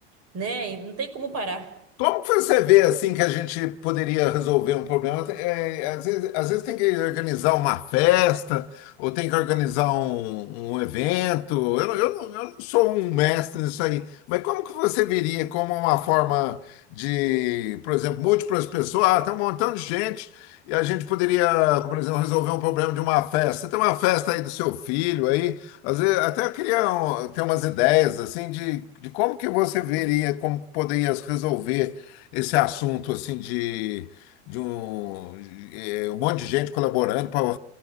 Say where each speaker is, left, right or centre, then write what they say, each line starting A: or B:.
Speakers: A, on the right; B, on the left.
A: né? E não tem como parar.
B: Como que você vê assim que a gente poderia resolver um problema? É, às vezes, às vezes tem que organizar uma festa ou tem que organizar um, um evento. Eu, não- eu, não- eu não sou um mestre nisso aí, mas como que você veria como uma forma de, por exemplo, múltiplas pessoas, ah, tem um montão de gente e a gente poderia, por exemplo, resolver um problema de uma festa. Tem uma festa aí do seu filho aí às vezes, até eu queria um, ter umas ideias assim de, de como que você veria, como que poderia resolver esse assunto assim de, de um, de, eh, um monte de gente colaborando para